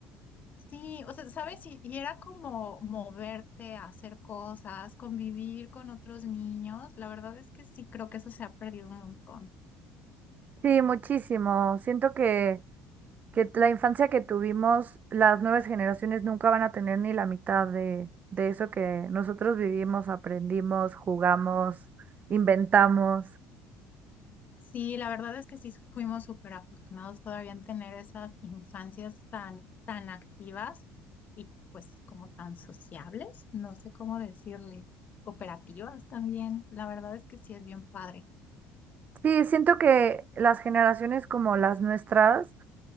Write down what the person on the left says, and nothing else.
Sí, o sea, ¿sabes? Y, y era como moverte, hacer cosas, convivir con otros niños. La verdad es que sí, creo que eso se ha perdido un montón.
Sí, la verdad es que sí fuimos súper afortunados todavía en tener esas infancias tan, tan activas y pues como tan sociables, no sé cómo decirle, cooperativas también. La verdad es que sí es bien padre.